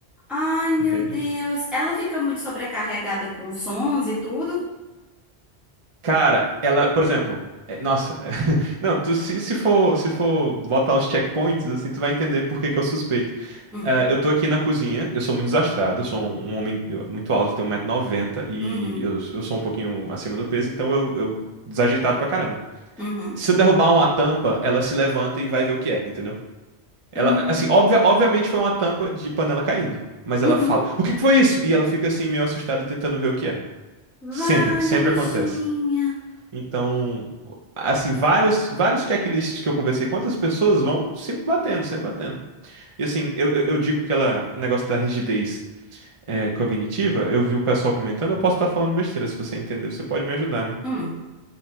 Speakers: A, in the centre; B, on the right.
A: Ai, meu
B: entende?
A: Deus. Ela fica muito sobrecarregada com sons e tudo.
B: Cara, ela, por exemplo, é- nossa, <laughs> não, tu, se, se for, se for botar os checkpoints, assim, tu vai entender por que que eu suspeito.
A: Hum,
B: Eh, eu tô aqui na cozinha, eu sou muito desastrado, eu sou um um homem eu- muito alto, eu tenho 190 noventa e
A: Uhum,
B: eu, eu sou um pouquinho acima do peso, então eu, eu desajeitado pra caramba.
A: uhum,
B: Se eu derrubar uma tampa, ela se levanta e vai ver o que é, entendeu? Ela,
A: uhum,
B: assim, obvia, obviamente foi uma tampa de panela caindo, mas ela
A: uhum.
B: fala, o que que foi isso? E ela fica assim, meio assustada, tentando ver o que é. Sempre,
A: Vale
B: sempre
A: a bichinha.
B: acontece. Então, assim, vários, vários checklists que eu conversei com outras pessoas vão sempre batendo, sempre batendo. E assim, eu, eu eu digo que ela, o negócio da rigidez é, cognitiva, eu vi o pessoal comentando, eu posso estar falando besteira, se você entendeu, você pode me ajudar, né?
A: Hum,